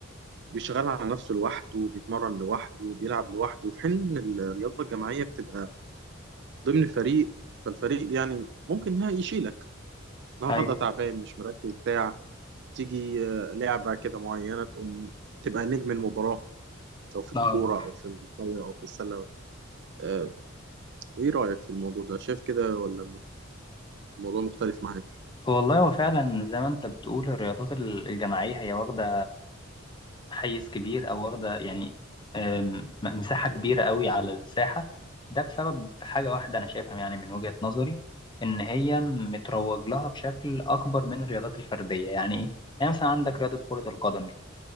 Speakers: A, on the right; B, on the left.
A: بيشتغل على نفسه لوحده بيتمرن لوحده بيلعب لوحده في حين ان الرياضه الجماعيه بتبقى ضمن فريق فالفريق يعني ممكن يشيلك النهارده
B: ايوه
A: تعبان مش مركز بتاع تيجي آه، لعبة كده معينة تقوم تبقى نجم المباراة سواء في الكورة
B: اه
A: أو في الطايرة أو في السلة آه، إيه رأيك في الموضوع ده؟ شايف كده ولا الموضوع مختلف معاك؟
B: والله هو فعلا زي ما انت بتقول الرياضات ال- الجماعيه هي واخده حيز كبير او واخده يعني آم، م- مساحه كبيره قوي على الساحه ده بسبب حاجه واحده انا شايفها يعني من وجهه نظري ان هي متروج لها بشكل اكبر من الرياضات الفرديه يعني ايه يعني مثلا عندك رياضه كره القدم دي